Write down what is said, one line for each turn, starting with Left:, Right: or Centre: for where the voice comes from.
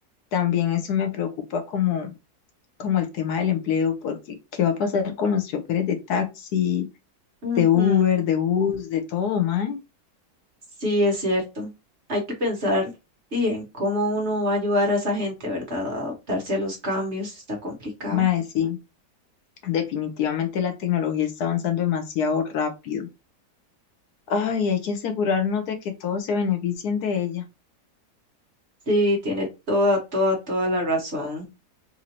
Left: también eso me preocupa como, como el tema del empleo, porque ¿qué va a pasar con los choferes de taxi,
Right: Ujú,
Left: de Uber, de bus, de todo, mae?
Right: Sí, es cierto. Hay que pensar, di, en cómo uno va a ayudar a esa gente, ¿verdad? A adaptarse a los cambios, está complicado.
Left: Mae, sí, definitivamente la tecnología está avanzando demasiado rápido. Ay, hay que asegurarnos de que todos se beneficien de ella.
Right: Sí, tiene toda, toda, toda la razón.